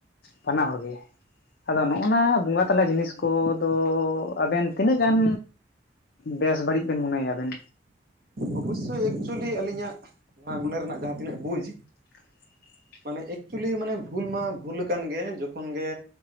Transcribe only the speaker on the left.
ᱵᱟᱱᱟ ᱦᱚᱲ ᱜᱮ᱾ ᱟᱫᱚ ᱱᱚ-ᱚ ᱱᱟ ᱵᱚᱸᱜᱟ ᱛᱟᱞᱟ ᱡᱤᱱᱤᱥ ᱠᱚ ᱫᱚ ᱟᱵᱮᱱ ᱛᱤᱱᱟᱹᱜ ᱜᱟᱱ ᱵᱮᱥ ᱵᱟᱹᱲᱤᱡ ᱵᱮᱱ ᱢᱚᱱᱮᱭᱟ ᱟᱵᱮᱱ?
<inaudible>